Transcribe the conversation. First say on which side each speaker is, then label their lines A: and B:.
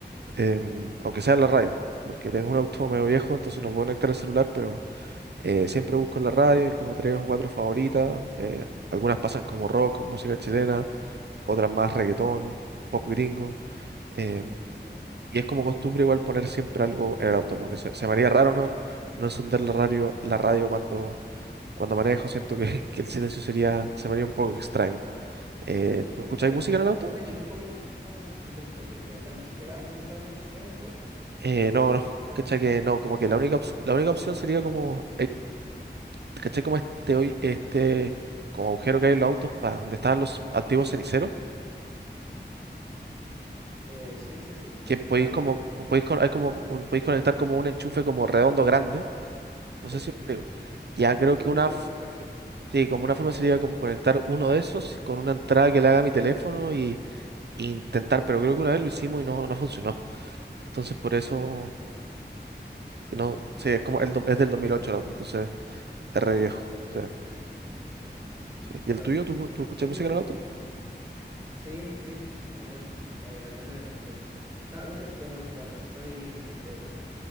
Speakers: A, on the right; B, on the right.
A: em, aunque sea en la radio, porque tengo un auto medio viejo, entonces no puedo conectar el celular, pero eh, siempre busco en la radio y como tres o cuatro favoritas. eh, algunas pasan como rock, música chilena, otras más reggaetón, pop gringo. em,
B: Ya,
A: y es como costumbre igual poner siempre algo en el auto, como que se, se me haría raro no, no encender la radio, la radio cuando, cuando manejo, siento que, <laughs> que el silencio sería, se me haría un poco extraño.
B: sí.
A: Eh, ¿tú escucháis
B: Pero
A: música
B: en-
A: en el auto?
B: no tenéis como. No, ten- no podéis conectar ni siquiera un cable auxiliar en tu auto.
A: Eh, no, no, <laughs> cachai que no, como
B: ¿En
A: que
B: serio?
A: la única, opci-
B: No.
A: la única opción sería como ¿Cachai? Como este, hoy, este como agujero que hay en los autos para donde estaban los antiguos ceniceros,
B: Eh, sí, sí, sí, sí.
A: que podéis
B: Ah, yo
A: como,
B: sé.
A: co- podéis, con- hay como un- podéis conectar como un enchufe como redondo grande. No
B: Sí,
A: sé si me explico. Ya creo que
B: sí, sí,
A: una,
B: sí,
A: f-
B: sí lo cacho.
A: sí, como una forma sería como conectar uno de esos con una entrada que le haga a mi teléfono y, y intentar, pero creo que una vez lo hicimos y no, no funcionó. Entonces por eso,
B: Mm, ya entiendo.
A: no, sí, es como el, do- es del 2008 el auto, entonces es re
B: Sí,
A: viejo.
B: bueno, entonces
A: O sea,
B: no tiene solución. Sí,
A: sí. ¿Y
B: ya,
A: el tuyo?
B: perfecto.
A: ¿Tú, tú escuchas
B: Oye,
A: música en el
B: y.
A: auto? Sí.
B: Sí, sí, sí, también. eh, depende de mucho. <laughs> A veces, como que cuando estoy, no sé, bo,